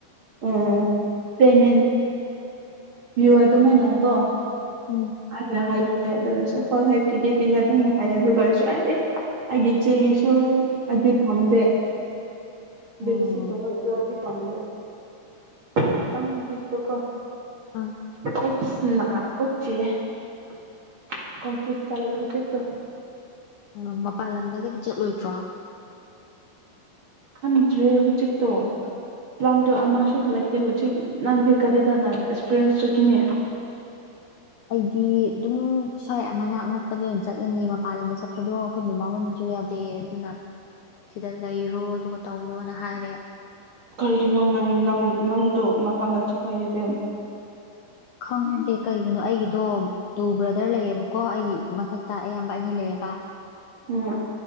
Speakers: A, on the right (about 40°); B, on the left (about 75°).
A: ꯑꯣ ꯄꯦꯃꯦꯟ ꯄꯤꯌꯣ ꯑꯗꯨꯃꯥꯏꯅ ꯀꯣ
B: ꯎꯝ
A: <unintelligible> ꯑꯗꯨ ꯑꯣꯏꯔꯁꯨ ꯍꯣꯏ ꯍꯣꯏ ꯄꯤꯒꯦ ꯄꯤꯒꯦ ꯑꯗꯨꯝ ꯍꯥꯏ ꯑꯗꯨ ꯑꯣꯏꯔꯁꯨ <unintelligible> ꯑꯩꯒꯤ ꯏꯆꯦꯒꯤꯁꯨ ꯑꯗꯨ ꯄꯥꯝꯗꯦ <unintelligible>
B: ꯎꯝ
A: ꯄꯥꯝꯗꯦ ꯈꯤꯇꯪ ꯍꯧꯖꯤꯛꯇꯨꯀꯣ
B: ꯑꯣ
A: <unintelligible> <unintelligible> ꯀꯣꯟꯐ꯭ꯌꯨꯖ ꯆꯠꯂꯦ ꯍꯧꯖꯤꯛ ꯇꯣ
B: ꯑꯣ ꯃꯄꯥꯟ ꯂꯝꯗꯒꯗꯤ ꯆꯠꯂꯣꯏꯗ꯭ꯔꯣ
A: ꯈꯪꯗ꯭ꯔꯦ ꯍꯧꯖꯤꯛꯇꯣ ꯄ꯭ꯂꯥꯟꯗꯣ ꯑꯃꯁꯨ ꯂꯩꯇꯦ ꯍꯧꯖꯤꯛ ꯅꯪꯗꯤ ꯀꯗꯥꯏꯗꯅ ꯑꯦꯛꯁꯄꯤꯔꯤꯌꯦꯟꯁ ꯆꯠꯀꯅꯤ
B: ꯑꯩꯗꯤ ꯑꯗꯨꯝ ꯁ꯭ꯋꯥꯏ ꯃꯅꯥꯛ ꯅꯛꯄꯗ ꯑꯣꯏꯅ ꯆꯠꯂꯅꯤ ꯃꯄꯥꯟ ꯂꯝꯗ ꯆꯠꯄꯗꯣ ꯑꯩꯈꯣꯏ ꯃꯃꯥ ꯍꯣꯏꯅꯁꯨ ꯌꯥꯗꯦ ꯑꯗꯨꯅ ꯁꯤꯗ ꯂꯩꯔꯣ ꯑꯗꯨꯒ ꯇꯧꯔꯣꯅ ꯍꯥꯏꯔꯦ
A: ꯀꯩꯒꯤꯅꯣ ꯅꯪ ꯅꯪ ꯅꯪꯗꯨ ꯃꯄꯥꯟꯗ ꯆꯠꯄ ꯌꯥꯗꯦ
B: ꯈꯪꯗꯦ ꯀꯩꯒꯤꯅꯣ ꯑꯩꯒꯤꯗꯣ ꯇꯨ ꯕ꯭ꯔꯗꯔ ꯂꯩꯌꯦꯕꯀꯣ ꯑꯩꯒꯤ ꯃꯊꯛꯇ ꯑꯌꯥꯝꯕ ꯑꯅꯤ ꯂꯩꯌꯦꯕ
A: ꯎꯝ